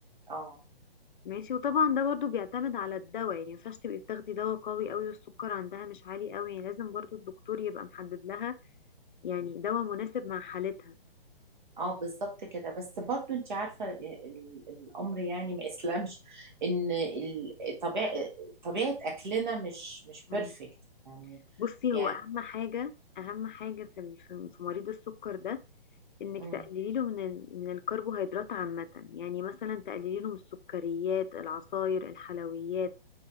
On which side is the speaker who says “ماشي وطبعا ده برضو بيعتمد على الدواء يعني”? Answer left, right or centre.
Left